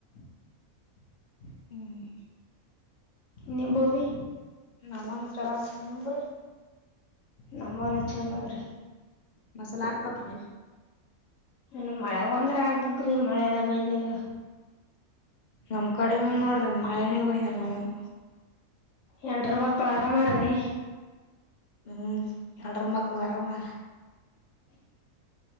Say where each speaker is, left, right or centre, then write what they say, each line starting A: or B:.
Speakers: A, on the left; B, on the left.
A: <unintelligible>
B: ಹ್ಮ್
A: ನಿಂಬು ರೀ
B: ನಮನ್ ಸಲಾಮ ನನ್ನಬ್ರಿ
A: ನಮ್ಮ ನ ಚಲ ರೀ
B: ಮಸಾಲ ಹಾಕ್ೀ
A: ಇನ್ ಮಳೆ ಬಂದ್ರ ಆಗ್ಬುಕ್್ರಿ ಮಳೆನ ಬಯಂದಲ್ಲ
B: ನಮ್ ಕಡೆ ನೋಡ್ರಿ ಮಳೆನ ಬಂದಿಲ್ಲ ಏನು
A: ಎಂಡ್ರ್ ಮಕ್ಕಳು ಆರಾಮಾರೀ
B: ಹ್ಮ್ ಎಡರ ಮಕ್ಕಳು ಅರಾಮ್ ಆರ್